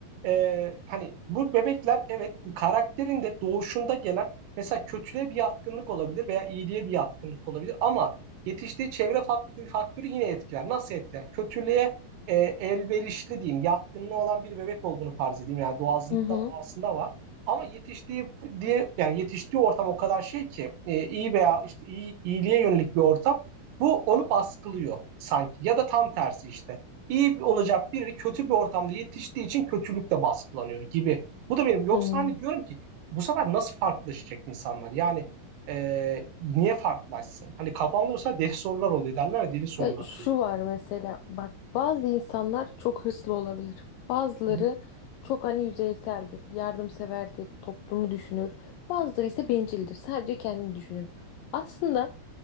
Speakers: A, on the right; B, on the left.
A: e, hani bu bebekler evet karakterinde doğuşunda gelen mesela kötülüğe bir yatkınlık olabilir veya iyiliğe bir yatkınlık olabilir ama yetiştiği çevre faktörü, faktörü yine etkiler. Nasıl etkiler? Kötülüğe e, elverişli diyeyim, yatkınlığı olan bir bebek olduğunu farz edeyim. Yani doğasında,
B: Hı hı.
A: doğasında var. Ama yetiştiği diye yani yetiştiği ortam o kadar şey ki e, iyi veya işte iyi, iyiliğe yönelik bir ortam bu onu baskılıyor sanki ya da tam tersi işte. İyi olacak biri kötü bir ortamda yetiştiği için kötülük de baskılanıyor gibi. Bu da benim yoksa
B: Hmm.
A: hani diyorum ki bu sefer nasıl farklılaşacak insanlar? Yani e, niye farklılaşsın? Hani kafamda olsa deli sorular oluyor derler ya deli sorular
B: Ya şu
A: diye.
B: var mesela bak bazı insanlar çok hırslı olabilir. Bazıları
A: Hı hı.
B: çok hani yüzeyseldir, yardımseverdir, toplumu düşünür. Bazıları ise bencildir, sadece kendini düşünür. Aslında